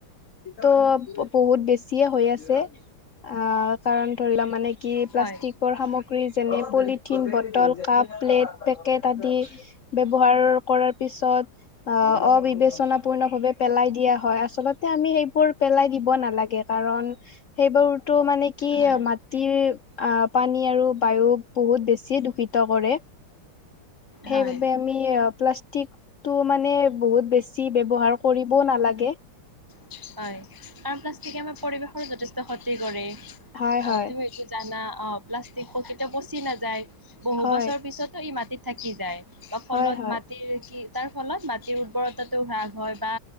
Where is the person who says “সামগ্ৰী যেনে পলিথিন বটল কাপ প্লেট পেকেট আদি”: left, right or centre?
Left